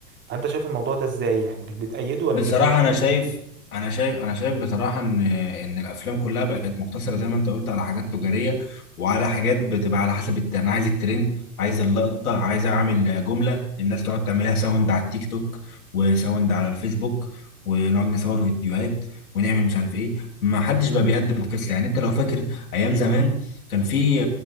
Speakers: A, on the right (about 25°); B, on the left (about 85°).
A: فانت شايف الموضوع ده ازاي يعني بت- بتأيده ولا
B: بصراحة
A: بتأيده
B: أنا شايف أنا شايف أنا شايف بصراحة إن إن الأفلام كلها بقت مقتصرة زي ما أنت قلت على حاجات تجارية وعلى حاجات بتبقى على حسب الت... أنا عايز الترند عايز اللقطة عايز أعمل جملة الناس تقعد تعملها ساوند على التيك توك وساوند على الفيسبوك ونقعد نصور فيديوهات ونعمل مش عارف إيه ما حدش بقى بيقدم قصة يعني أنت لو فاكر أيام زمان كان في